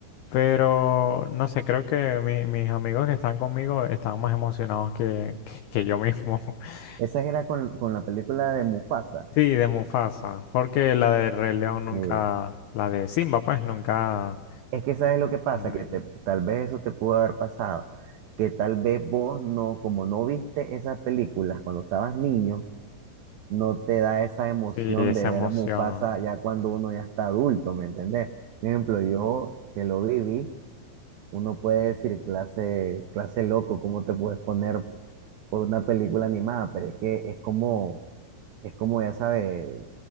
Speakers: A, on the left; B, on the right.
A: Pero no sé, creo que mi- mis amigos que están conmigo están más emocionados que, que, que yo mismo. <laughs>
B: Esa era con, con la película de Mufasa.
A: Sí, de Mufasa, porque la de Rey León nunca,
B: eh,
A: la de Simba, pues nunca.
B: es que sabes lo que pasa,
A: la
B: que
A: vez.
B: te- tal vez eso te pudo haber pasado, que tal vez vos no, como no viste esas películas cuando estabas niño, no te da esa emoción
A: Sí, esa
B: de ver
A: emoción.
B: Mufasa ya cuando uno ya está adulto, ¿me entendés? Por ejemplo, yo que lo viví, uno puede decir clase, clase loco, ¿cómo te puedes poner por una película animada? Pero es que es como, es como ya sabes,